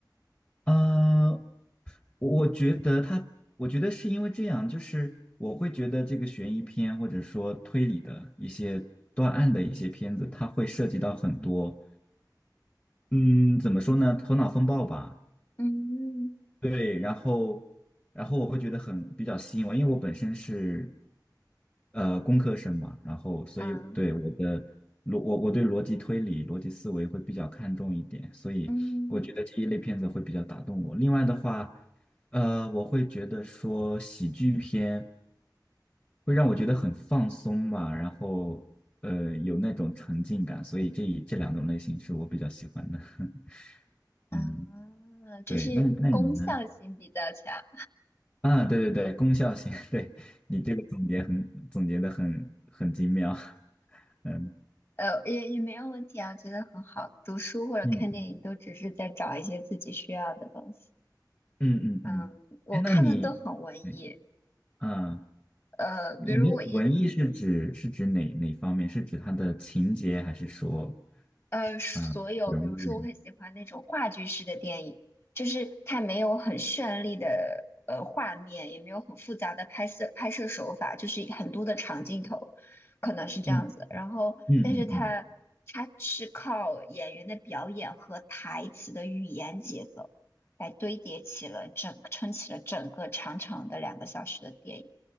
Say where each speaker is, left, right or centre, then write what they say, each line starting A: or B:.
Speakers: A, on the left; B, on the left.
A: 呃，我我觉得他，我觉得是因为这样，就是我会觉得这个悬疑片或者说推理的一些断案的一些片子，它会涉及到很多。嗯，怎么说呢？头脑风暴吧。
B: 嗯
A: 对，然后，然后我会觉得很比较吸引我，因为我本身是呃工科生嘛，然后所以对我的逻我我对逻辑推理、
B: 啊
A: 逻辑思维会比较看重一点，所以我觉得这一类片子会比较打动我。
B: 嗯
A: 另外的话，呃，我会觉得说喜剧片会让我觉得很放松吧，然后呃有那种沉浸感，所以这这两种类型是我比较喜欢的。<laughs>
B: 啊，
A: 嗯，
B: 就是功效性比较强，
A: 对，那你那你呢？啊，对对对，功效性，<laughs> 对，你这个总结很总结的很很精妙，<laughs> 嗯
B: 呃，也也没有问题啊，觉得很好。读书或者看电影都只是在找一些自己需要的东西。
A: 嗯嗯嗯嗯，
B: 嗯，
A: 嗯，
B: 我看的都很文艺，
A: 哎，那你，嗯啊，
B: 呃，
A: 你的文艺是指是指哪哪方面？
B: 比如我一
A: 是指它的情节，还是说
B: 呃，所有，
A: 啊人物？
B: 比如说，我很喜欢那种话剧式的电影，就是它没有很绚丽的呃画面，也没有很复杂的拍摄拍摄手法，就是很多的长镜头，可能是这样子。
A: 嗯
B: 然后，
A: 嗯嗯嗯，
B: 但是它它是靠演员的表演和台词的语言节奏来堆叠起了整撑起了整个长长的两个小时的电影，